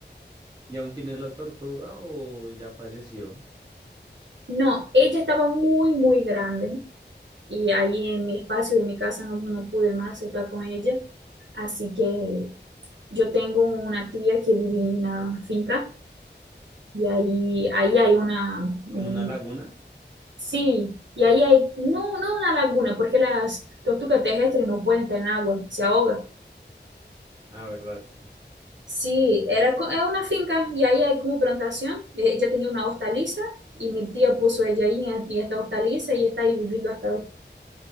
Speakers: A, on the right; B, on the right.
A: ¿Y aún tienes la tortuga o ya falleció?
B: No, ella estaba muy, muy grande y ahí en mi espacio de mi casa no, no pude más estar con ella. Así que yo tengo una tía que vive en una finca y ahí, ahí hay una, mm,
A: ¿Como una laguna?
B: sí, y ahí hay, no, no una laguna, porque las tortugas terrestres no pueden estar en agua, se ahogan.
A: Ah, verdad, sí.
B: Sí, era, co- era una finca y ahí hay como plantación. Eh, Ella tenía una hostaliza y mi tía puso ella ahí en en esta hostaliza y está ahí viviendo hasta hoy.